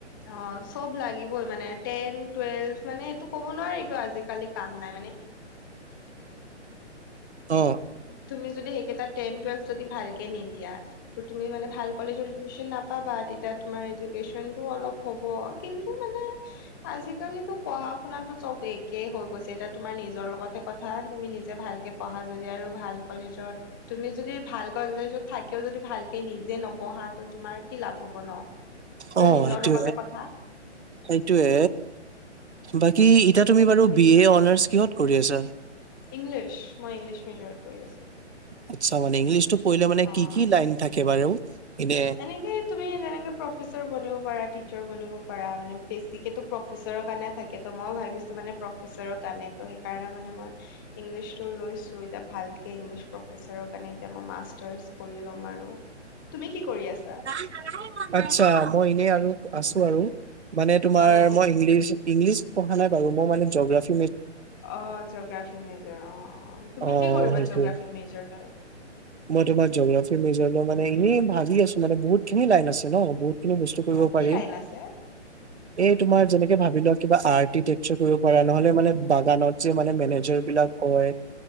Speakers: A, on the left; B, on the right.
A: অ চব লাগিবই মানে টেন টুৱেলভ মানে সেটো ক'ব নোৱাৰি কিয় আজিকালি কাম নাই
B: অ',
A: তুমি যদি সেইকেইটা টেন টুৱেলভ যদি ভালকে নিদিয়া ত তুমি মানে ভাল কলেজত এডমিশন নাপাবা। তেতিয়া তোমাৰ এডুকেশ্যনটো অলপ হব কিন্তু মানে আজিকালিতো পঢ়া শুনাতো চব একেই হৈ গৈছে এতিয়া তোমাৰ নিজৰ লগতে কথা তুমি নিজে ভালকে পঢ়া যদি আৰু ভাল কলেজত তুমি যদি ভাল কলেজত থাকিও যদি ভালকে নিজে নপঢ়া তো তোমাৰ কি লাভ হব ন।
B: অ
A: নিজৰ
B: সেইটোয়ে।
A: লগতে কথা
B: সেইটোৱে বাকী। এতিয়া তুমি বাৰু বি এ অনাৰ্ছ কিহত কৰি আছা?
A: ইংলিছ মই ইংলিছ মেজৰট কৰি আছো।
B: আচ্ছা মানে ইংলিছ টো পঢ়িলে মানে
A: অ'
B: কি কি লাইন থাকে বাৰু এনে?
A: এনেকে তুমি যেনেকে প্ৰফেচৰ বনিব পাৰা টিচাৰ বনিব প পৰা মানে বেচিকেটো প্ৰফেচাৰৰ কাৰণে থাকে ত মই ভাবিছো মানে প্ৰফেচাৰৰ কাৰণে ত সেইকাৰণে মানে হে মই ইংলিছটো লৈছোঁ এতিয়া ভালকে ইংলিছ প্ৰফেছাৰৰ কাৰণে মই মাষ্টাৰ্ছ কৰি লম কম আৰু তুমি কি কৰি আছা?
B: কাম কৰাৰে মন নাই ন, আচ্ছা মই এনেই আৰু আছো আৰু মানে তোমাৰ
A: অ'
B: মই ইংলিছ ইংলিছ পঢ়া নাই বাৰু মই মানে জগ্ৰাফী
A: অ জগ্ৰাফি মেজৰ অ তুমি
B: অ',
A: কি কৰিবা
B: সেইটোয়ে।
A: জগ্ৰাফি মেজৰ লৈ
B: মই তোমাৰ জ'গ্ৰাফি মেজৰ লৈ মানে এনেই ভাবি আছো মানে বহুতখিনি লাইন আছে ন বহুত কিনো বস্তু কৰিব
A: অ' কি
B: পাৰি
A: লাইন আছে?
B: এই তোমাৰ যেনে ভাবি লোৱা কিবা আৰ্কিটেকচাৰ কৰিব পৰা নহলে মানে বাগানত যে মানে মেনেজাৰ বিলাক হয়